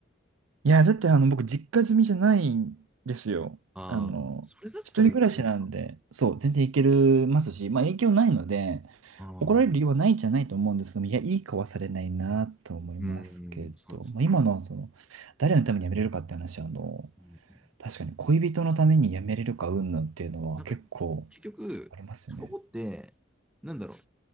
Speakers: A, on the right (about 85°); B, in the centre.
A: いや、だってあの、僕、実家住みじゃないんですよ。
B: ああ、
A: あの、
B: それだったらいけるのか
A: 一人暮らしなんで、そう、全然いけるますし、まあ影響ないので、
B: ああ、
A: 怒られる理由はないんじゃないと思うんですけども、いや、いい子はされないなと思いますけど、
B: うん、そうですね。
A: まあ、今の、その、誰のために辞めれるかって話は、あの、
B: うん
A: 確かに恋人のために辞めれるか云々っていうのは結構
B: なんか、結局、
A: ありますよね。
B: タバコって、なんだろう、